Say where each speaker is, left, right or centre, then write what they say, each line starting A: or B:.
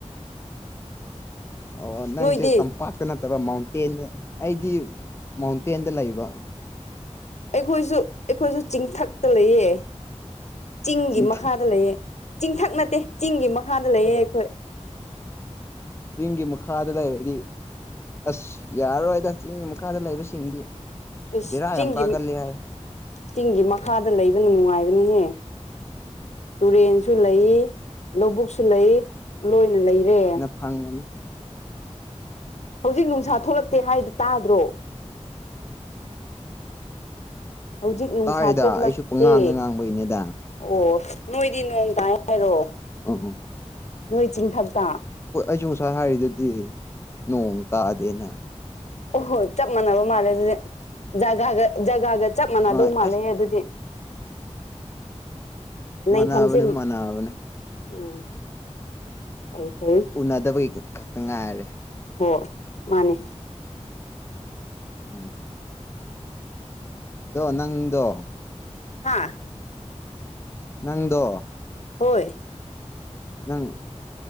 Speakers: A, on the left; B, on the left.
A: ꯑꯣ ꯅꯪꯁꯦ
B: ꯅꯣꯏꯗꯤ
A: ꯇꯝꯄꯥꯛ ꯅꯠꯇꯕ ꯃꯥꯎꯟꯇꯦꯟ ꯑꯩꯗꯤ ꯃꯥꯎꯟꯇꯦꯟꯗ ꯂꯩꯕ꯫
B: ꯑꯩꯈꯣꯏꯁꯨ ꯑꯩꯈꯣꯏꯁꯨ ꯆꯤꯡꯊꯛꯇ ꯂꯩꯌꯦ ꯆꯤꯡꯒꯤ
A: ꯆꯤꯡꯊ
B: ꯃꯈꯥꯗ ꯂꯩꯌꯦ ꯆꯤꯡꯊꯛ ꯅꯠꯇꯦ ꯆꯤꯡꯒꯤ ꯃꯈꯥꯗ ꯂꯩꯌꯦ ꯑꯩꯈꯣꯏ
A: ꯆꯤꯡꯒꯤ ꯃꯈꯥꯗ ꯂꯩꯔꯗꯤ ꯑꯁ ꯌꯥꯔꯔꯣꯏꯗ ꯆꯤꯡꯒꯤ ꯃꯈꯥꯗ ꯂꯩꯕꯁꯤꯡꯗꯤ
B: ꯏꯁ
A: ꯕꯦꯔꯥ
B: ꯆꯤꯡꯒꯤ
A: ꯌꯥꯝ ꯀꯥꯒꯜꯂꯦ ꯍꯥꯏ
B: ꯆꯤꯡꯒꯤ ꯃꯈꯥꯗ ꯂꯩꯕꯅ ꯅꯨꯡꯉꯥꯏꯕꯅꯤꯍꯦ ꯇꯨꯔꯦꯟꯁꯨ ꯂꯩ ꯂꯧꯕꯨꯛꯁꯨ ꯂꯩ ꯂꯣꯏꯅ ꯂꯩꯔꯦ
A: ꯐꯪ ꯕꯅꯤ
B: ꯍꯧꯖꯤꯛ ꯅꯨꯡꯁꯥ ꯊꯣꯛꯂꯛꯇꯦ ꯍꯥꯏꯗꯨ ꯇꯥꯗ꯭ꯔꯣ ꯍꯧꯖꯤꯛ ꯅꯨꯡꯁꯥ
A: ꯇꯥꯏꯗ
B: ꯊꯣꯛꯂꯛꯇꯦ
A: ꯑꯩꯁꯨ ꯄꯉꯥꯡꯗ ꯉꯥꯡꯕꯩꯅꯦꯗ
B: ꯑꯣ ꯅꯣꯏꯗꯤ ꯅꯣꯡ ꯇꯥꯏ ꯍꯥꯏꯔꯣ
A: ꯑꯣ ꯑꯣ
B: ꯅꯣꯏ ꯆꯤꯡꯊꯛꯇ
A: ꯍꯣꯏ ꯑꯩꯁꯨ ꯉꯁꯥꯏ ꯍꯥꯏꯔꯤꯗꯨꯗꯤ ꯅꯣꯡ ꯇꯥꯗꯦꯅ
B: ꯑꯣꯍꯣꯏ ꯆꯞ ꯃꯥꯟꯅꯕ ꯃꯥꯜꯂꯦ ꯑꯗꯨꯗꯤ ꯖꯒꯥꯒ ꯖꯒꯥꯒ ꯆꯞ ꯃꯥꯟꯅꯗꯧ
A: ꯑ
B: ꯃꯥꯜꯂꯦ
A: ꯑꯁ
B: ꯑꯗꯨꯗꯤ ꯂꯩꯐꯝꯁꯦ
A: ꯃꯥꯟꯅꯕꯅꯦ ꯃꯥꯟꯅꯕꯅꯦ
B: ꯎꯝ ꯐꯩ ꯐꯩ
A: ꯎꯅꯗꯕꯒꯤ ꯈꯛꯇ ꯉꯥꯏꯔꯦ
B: ꯍꯣ ꯃꯥꯅꯦ
A: ꯎꯝ ꯑꯗꯣ ꯅꯪꯗꯣ
B: ꯍꯥꯥ
A: ꯅꯪꯗꯣ
B: ꯍꯣꯏ
A: ꯅꯪ